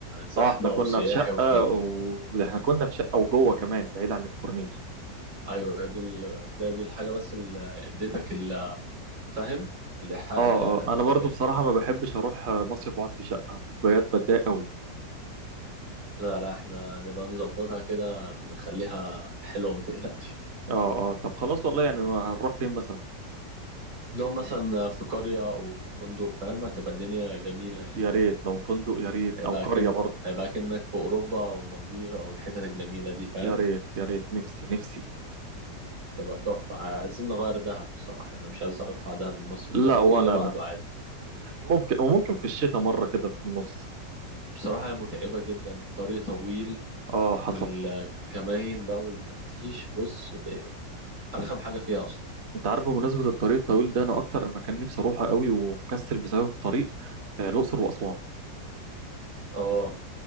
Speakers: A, on the right; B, on the right.
A: زحمه
B: اه احنا كنا
A: وسياحي
B: في شقه
A: وكده
B: واحنا كنا في شقه وجوه كمان بعيد عن الكورنيش
A: ايوه هي دي ال- هتلاقي دي الحاجه بس اللي اديتك ال- فاهم الايحاء
B: اه
A: ده يعني
B: اه
A: عن
B: انا
A: المكان
B: برضو بصراحه ما بحبش اروح آه، مصيف واقعد في شقه بجد بتضايق قوي
A: لا لا احنا نبقى نظبطها كده نخليها حلوه ما تقلقش
B: اه اه طب خلاص والله يعني ما هنروح فين مثلا
A: نقعد مثلا في قرية أو في فندق فاهم هتبقى الدنيا جميلة
B: يا ريت لو فندق يا ريت
A: هيبقى
B: او قريه
A: كن
B: برضه
A: هيبقى كأنك في أوروبا أو مالديف أو الحتت الجميلة دي فاهم
B: يا ريت يا ريت نفسي نفسي
A: تبقى تحفة عايزين نغير دهب بصراحة أنا مش عايز أطلع دهب المصيف
B: لا
A: ده ممكن
B: وانا
A: اللي بعده
B: لا
A: عادي
B: ممكن وممكن في الشتاء مره كده في النص
A: بصراحة هي متعبة جدا طريق طويل
B: اه حصل
A: والكماين بقى والتفتيش بص ب- أرخم حاجة فيها أصلا
B: انت عارف بمناسبة الطريق الطويل ده انا اكتر مكان نفسي اروحه قوي ومكسل بسبب الطريق آه، الاقصر واسوان
A: اه